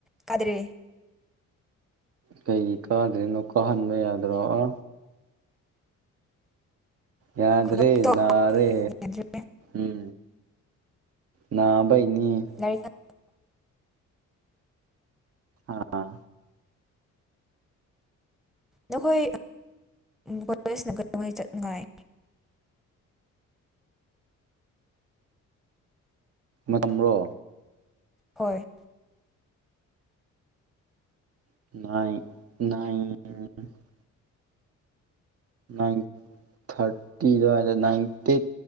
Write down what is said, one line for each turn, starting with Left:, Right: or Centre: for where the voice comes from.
Centre: ꯀꯥꯗ꯭ꯔꯦ
Right: ꯀꯩꯒꯤ ꯀꯥꯗ꯭ꯔꯤꯅꯣ ꯀꯥꯍꯟꯕ ꯌꯥꯗ꯭ꯔꯣ ꯑ ꯌꯥꯗ꯭ꯔꯦ
Centre: ꯈꯨꯅꯣꯛꯇꯣ
Right: ꯅꯥꯔꯦ
Centre: ꯌꯥꯗ꯭ꯔꯦ
Right: ꯎꯝ꯫ ꯅꯥꯕꯩꯅꯤ
Centre: <unintelligible>
Right: ꯑꯥ
Centre: ꯅꯈꯣꯏ ꯀꯣꯂꯦꯖꯅ ꯀꯩꯗꯧꯉꯩ ꯆꯠꯅꯉꯥꯏ
Right: ꯃꯇꯝꯔꯣ?
Centre: ꯍꯣꯏ
Right: <unintelligible> ꯅꯥꯏꯟ ꯊꯥꯔꯇꯤ ꯑꯗꯨꯋꯥꯏꯗ ꯅꯥꯏꯟ ꯇꯦꯟ